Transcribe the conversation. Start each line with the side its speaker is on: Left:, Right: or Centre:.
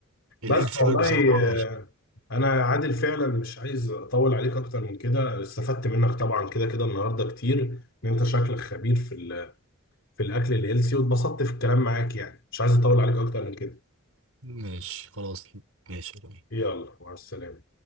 Right: والاير
Left: بس
Right: فراير
Left: والله
Right: بصراحه
Left: آه، انا عادل فعلا مش عايز اطول عليك اكتر من كده استفدت منك طبعا كده كده النهارده كتير ان انت شكلك خبير في ال- في الاكل الهيلثي واتبسطت في الكلام معاك يعني مش عايز اطول عليك اكتر من كده
Right: ماشي خلاص ماشي
Left: يلا مع السلامه